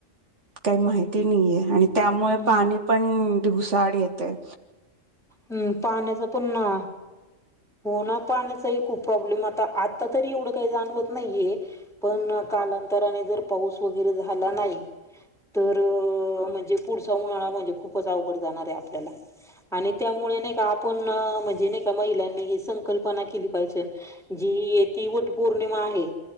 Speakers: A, on the right; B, in the centre.
A: काही माहिती नाहीय आणि त्यामुळे
B: हम्म
A: पाणी पण धुसाड येतेय.
B: हम्म पाण्याचा पुन्हा होन पाण्याचाही खूप प्रॉब्लेम आता आता तरी एवढं काही जाणवत नाहीये पण काल कालांतराने जर पाऊस वगैरे झाला नाही. तर म्हणजे पुढचा उनळा म्हणजे खूपच अवघड जाणार आहे आपल्याला आणि त्यामुळे नाही का आपण म्हणजे नाही का महिलांनी संकल्पना केली पाहिजे. जी ती वट पौर्णिमा आहे